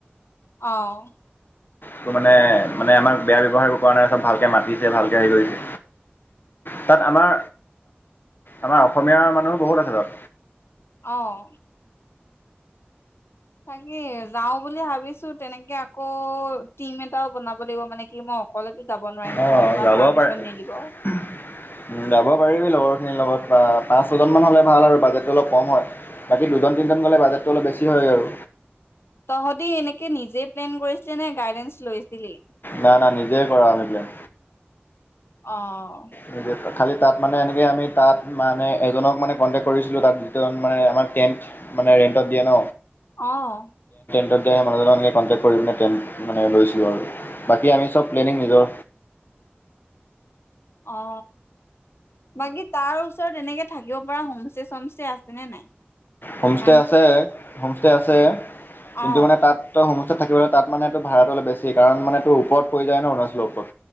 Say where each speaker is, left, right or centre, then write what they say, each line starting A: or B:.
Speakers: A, on the left; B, on the left.
A: অ'
B: টো মানে, মানে আমাক বেয়া ব্যৱহাৰ একো কৰা নাই, চব ভালকৈ মাতিছে, ভালকৈ হেৰি কৰিছে তাত আমাৰ আমাৰ অসমীয়া মানুহো বহুত আছে তাত।
A: অ' তাকে, যাওঁ বুলি ভাবিছো তেনেকে আকৌ টিম এটাও বনাব লাগিব মানে কি, মই অকলেতো যাব নোৱাৰিম
B: অ
A: ঘৰৰ পৰা
B: যাব
A: পাৰ্মিশন
B: পাৰ
A: নিদিব
B: উ যাব পাৰিবি লগৰ খিনিৰ লগত পাঁচ ছজনমান হ'লে ভাল আৰু বাজেটটো অলপ কম হয়। বাকী দুজন তিনিজন গ'লে বাজেটটো অলপ বেছি হয় আৰু।
A: তহঁতি এনেকে নিজে প্লেন কৰিছিলে নে গাইডেঞ্চ লৈছিলি?
B: না না নিজে কৰা আমি প্লেন।
A: অ।
B: নিদেতা খালী তাত মানে এনেকে আমি তাত মানে এজনক মানে কণ্টেক্ট কৰিছিলোঁ তাত দুজন মানে আমাক টেণ্ট মানে ৰেণ্টত দিয়ে ন।
A: অহ।
B: ত দে মানুহজনক এনেকে কণ্টেক্ট কৰি পিনে টেট মানে লৈছো আৰু বাকী আমি চব প্লেনিং নিজৰ।
A: অ। বাকী তাৰ ওচ চত এনেকে থাকিব পৰা হোমষ্টে চমষ্টে আছে নে নাই?
B: হোমষ্টে
A: কাৰণ
B: আছে, হোমষ্টে আছে।
A: অ
B: কিন্তু মানে তাত ত হোম ছেত থাকিব তাত মানে ভাড়াটো অলপ বেছি কাৰণ মানে তো ওপৰত পৰি যায় ন অৰুণাচলৰ ওপত